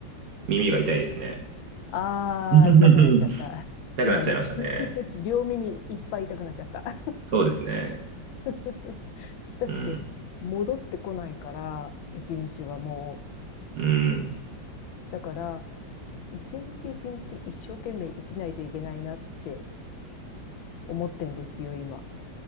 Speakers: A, on the right; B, on the left.
A: 耳が痛いですね。
B: ああ、
A: <laughs> 痛
B: 痛くなっちゃった。今、
A: くなっちゃいましたね。
B: り <laughs> 両耳いっぱい痛くなっちゃった。
A: そうですね。
B: <laughs> だって、
A: うん。
B: 戻ってこないから、一日はもう。
A: うん。
B: だから、一日一日一生懸命生きないといけないなって思ってんですよ、今。